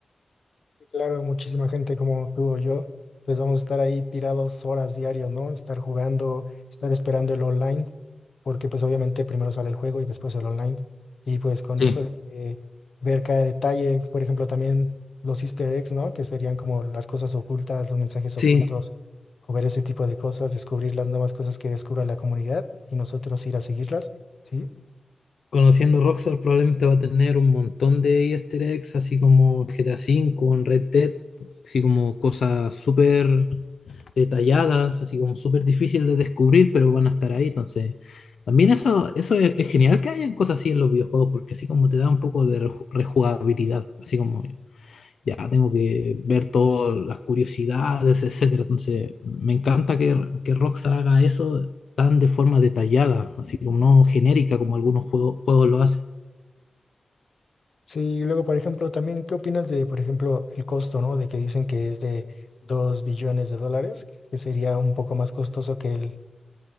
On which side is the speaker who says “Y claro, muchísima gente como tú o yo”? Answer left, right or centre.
Left